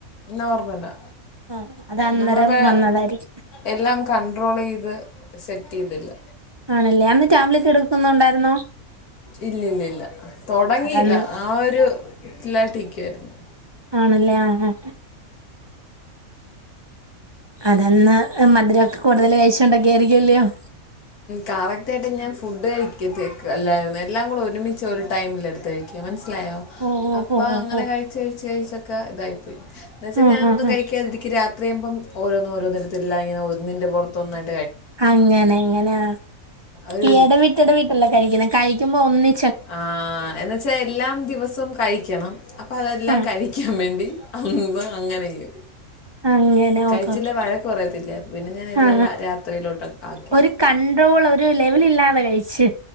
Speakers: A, on the left; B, on the right.
A: നോർമലാ
B: ആഹ് അത് അന്നേരം
A: നമ്മളപ്പേ
B: വന്നതായിരിക്കും
A: എല്ലാം കണ്ട്രോള് ചെയ്ത് സെറ്റ് <unintelligible>
B: ആണല്ലേ അന്ന് ടാബ്‌ലെറ്റ് എടുക്കുന്നുണ്ടായിരുന്നു
A: ഇല്ലില്ലില്ല തൊടങ്ങിയില്ല
B: അതന്ന്
A: ആ ഒരു ഇല്ലാട്ടിരിക്കാരുന്നു
B: ആണല്ലേ ആഹ് ആഹ് അതന്ന് മധുരൊക്കെ കൂടുതല് കഴിച്ചോണ്ടായിരിക്കല്ലയോ <inaudible>
A: കറക്റ്റ് ആയിട്ട് ഞാൻ ഫുഡ് കഴിക്കത്തേക്ക് അല്ലായിരുന്നു എല്ലാം കൂടെ ഒരുമിച്ച് ഒരു ടൈമില് എടുത്ത് കഴിക്കും മനസ് ക്ലയ്യോ
B: ഓ ഓ
A: അപ്പൊ
B: ഓ
A: അങ്ങനെ
B: ഓ ഓ
A: കഴിച്ച് കഴിച്ച് കഴിച്ച് ക്ക ഇതായിപ്പോയി ന്ന ച്ചാ
B: ആഹ്
A: ഞാനൊന്നും
B: ആഹ് ആഹ്
A: കഴിക്കാതിരിക്ക് രാത്രിയാകുമ്പം ഓരോന്ന്‌ ഓരോന്ന് എടുത്തിട്ടില്ല ഇങ്ങനെ ഒന്നിന്റെ പുറത്ത് തോന്നായി
B: അങ്ങനെ എങ്ങനെയ
A: ഒരു
B: ഇയടവിട്ട് <unintelligible> ഇടവിട്ട് കഴിക്കുന്നത് കഴിക്കുമ്പോ ഒന്നി
A: ആഹ് എന്നുവച്ചാ എല്ലാം ദിവസം കഴിക്കണം അപ്പം അതെല്ലാം
B: ആഹ്
A: കഴിക്കാൻ വേണ്ടി അമ്മ് അങ്ങനെ ചെയ്യും
B: അങ്ങനെ
A: കഴിച്ചില്ല
B: ഓ <unintelligible>
A: വഴക്ക് പറയത്തില്ലേ പിന്നെ ഞാൻ എല്ലാം
B: അ ആ
A: ലാ- രാത്രിയിലോട്ട് ആക്കി
B: ഒരു കണ്ട്രോൾ ഒരു ലെവൽഇല്ലാത് ഭെയേച്ച്